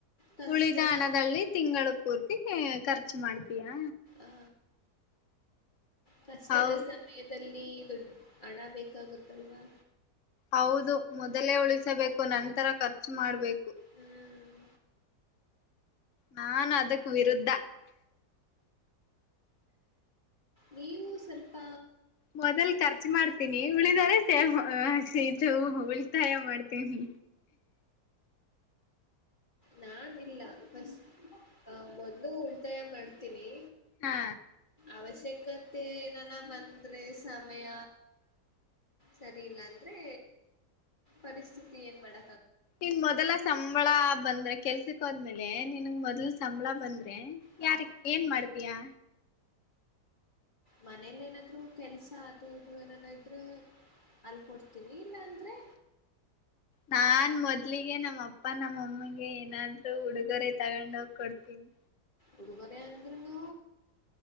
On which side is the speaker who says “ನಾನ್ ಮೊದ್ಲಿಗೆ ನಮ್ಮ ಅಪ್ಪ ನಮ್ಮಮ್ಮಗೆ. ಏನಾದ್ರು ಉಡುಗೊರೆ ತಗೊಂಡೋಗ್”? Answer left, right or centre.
Left